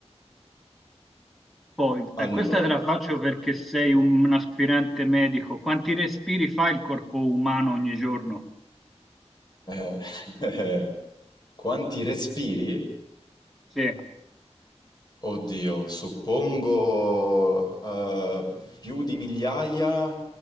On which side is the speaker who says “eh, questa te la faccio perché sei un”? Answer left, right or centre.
Centre